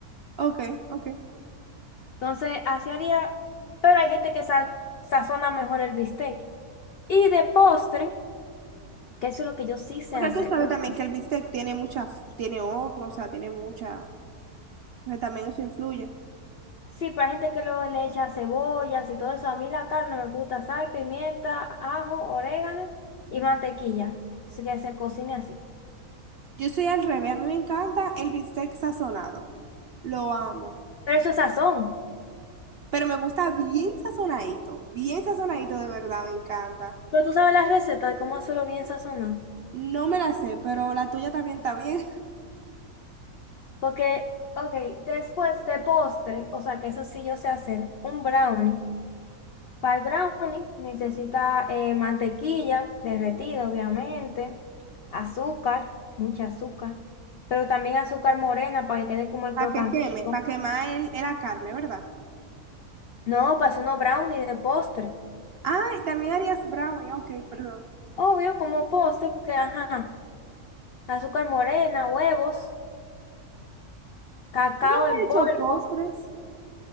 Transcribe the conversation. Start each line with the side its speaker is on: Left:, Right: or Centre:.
Right: ok. ok.
Left: Entonces, así haría, pero hay gente que sa- sazona mejor el bistec. Y de postre. que eso es lo que yo sí sé
Right: Porque
Left: hacer
Right: tú sabes
Left: un
Right: también
Left: poco.
Right: que el bistec tiene muchas tiene otro, o sea, tiene mucha, o sea, también eso influye.
Left: Sí, para gente que luego le echa cebollas y todo eso, a mí la carne me gusta sal, pimienta, ajo, orégano y mantequilla, así que se cocine así.
Right: Yo soy al revés, a mí me encanta el bistec sazonado. Lo amo.
Left: Pero eso es sazón.
Right: Pero me gusta bien sazonadito, bien sazonadito de verdad, me encanta.
Left: Pero tú sabes la receta de cómo hacerlo bien sazonado.
Right: No me la sé, pero la tuya también está bien.
Left: Porque, ok, después de postre, o sea que eso sí yo sé hacer, un brownie. Para el brownie necesita eh, mantequilla derretida, obviamente, azúcar, mucha azúcar, pero también azúcar morena para que quede como el
Right: Para
Left: crocantico.
Right: que queme, para quemar el, la carne, ¿verdad?
Left: No, para hacer unos brownies de postre.
Right: Ah, y también harías brownie, ok, perdón.
Left: Obvio, como postre, porque ajá, azúcar morena, huevos, cacao
Right: Yo Nunca
Left: en
Right: he hecho
Left: polvo.
Right: postres.